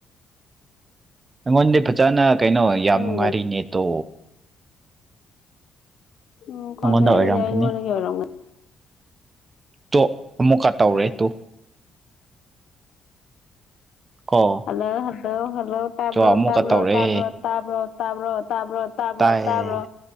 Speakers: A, on the right (about 30°); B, on the left (about 70°).
A: ꯑꯩꯉꯣꯟꯗꯤ ꯐꯖꯅ ꯀꯩꯅꯣ ꯌꯥꯝ
B: ꯈꯪꯗꯦ
A: ꯅꯨꯡꯉꯥꯏꯔꯤ ꯅꯦꯠꯇꯣ
B: ꯎꯝ ꯈꯪꯗꯦ
A: ꯑꯩꯉꯣꯟꯗ ꯑꯣꯏꯔꯝꯈꯤꯅꯤ
B: ꯑꯗꯨꯗꯤ ꯑꯩꯉꯣꯟꯗꯒꯤ ꯑꯣꯏꯔꯝꯒ
A: ꯇꯣ ꯑꯃꯨꯛꯀ ꯇꯧꯔꯦ
B: ꯑꯣꯏꯔꯝꯒꯅꯤ
A: ꯇꯨ ꯀꯣ
B: ꯍꯜꯂꯣ ꯍꯜꯂꯣ ꯍ ꯂꯣ ꯇꯥꯕ꯭ꯔꯣ
A: ꯆꯣ ꯑꯃꯨꯛꯀ
B: ꯇꯥꯕ꯭ꯔꯣ
A: ꯇꯧꯔꯦ
B: ꯇꯥꯕ꯭ꯔꯣ ꯇꯥꯕ꯭ꯔꯣ ꯇꯥꯕ꯭ꯔꯣ ꯇꯥꯕ꯭ꯔꯣ ꯇꯥꯕ꯭ꯔꯣ
A: ꯇꯥꯏ
B: ꯇꯥꯕ꯭ꯔꯣ